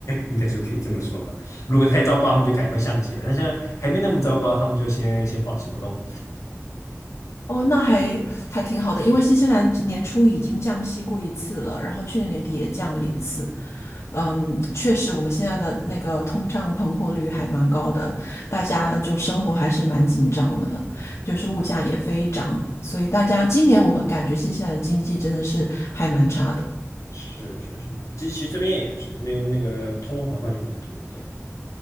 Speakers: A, on the left (about 85°); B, on the left (about 65°).
A: 应该说可以这么说吧。如果太糟糕，他们就赶快上去了。那现在还没那么糟糕，他们就先先保持不动。
B: 哦，那还还挺好的，因为新西兰年初已经降息过一次了，然后去年年底也降了一次，嗯，确实，我们现在的那个通胀膨货率还蛮高的，大家就生活还是蛮紧张的，就是物价也飞涨，所以大家今年我会感觉新西兰的经济真的是还蛮差的。
A: 是是是，这其实这边也是，这边那个通货膨胀也很多。对，